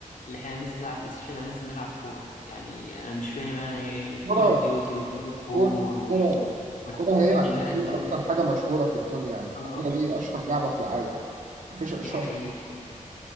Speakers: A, on the left (about 80°); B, on the right (about 70°).
A: اللي احنا هننزل نلعب بلاي ستيشن هننزل نلعب كورة يعني انا مش فاهم يعني
B: كورة
A: كول اوف ديوتي وجاد اوف
B: كورة
A: وور
B: كورة
A: والحاجات
B: كورة هي
A: دي
B: عشان
A: كلها
B: هي
A: ازاي
B: أكتر حاجة مشهورة في الدنيا يعني الكورة
A: اه
B: دي أشهر لعبة في العالم مفيش أشهر
A: دي حقيقة